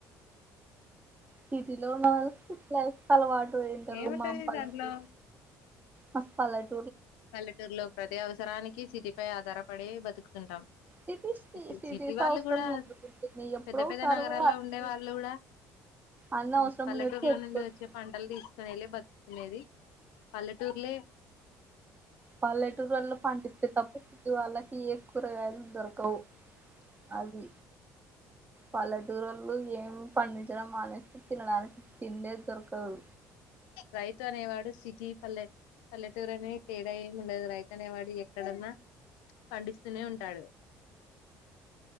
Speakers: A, on the right; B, on the left.
A: సిటీలో ఉన్న వాళ్ళు సిటీ లైఫ్ అలవాటు ఏంటారు
B: ఏముంటది
A: మాం పల్లలకు
B: దాంట్లో
A: వస్ పాలట్
B: పల్లెటూరులో ప్రతి అవసరానికి సిటీ పై ఆధారపడి బతుకుతుంటాం
A: సిటీస్
B: టీ
A: సిటీస్
B: సిటీ వాళ్ళు
A: అవసరం
B: కూడా
A: ఎందుకు ఉంటుంది ఎప్పుడో
B: పెద్ద
A: ఒకసారి
B: పెద్ద నగరాల్లో
A: పోయి అన్ని
B: ఉండే వాళ్ళు కూడా
A: అన్ని
B: ఉ
A: అవసరం
B: పల్లెటూర్ల
A: ఉన్నట్టు తెచ్చుకోవచ్చు
B: నుండి వచ్చే పంటలు తీసుకునేళ్ళి బతు తినేది పల్లటూరిలే
A: పల్లెటూరు వాళ్లో పండిస్తే తప్ప వాళ్ళకి ఏ కూరగాయలు దొరకవు అది పల్లెటూరోలు ఏం పండు జరం మా లేస్తే తినడానికి తిండే దొరకదు
B: రైతు అనేవాడు సిటీ పల్లె పల్లెటూరు అనే తేడా ఏమి ఉండదు రైతు అనేవాడు ఎక్కడన్నా పండిస్తూనే ఉంటాడు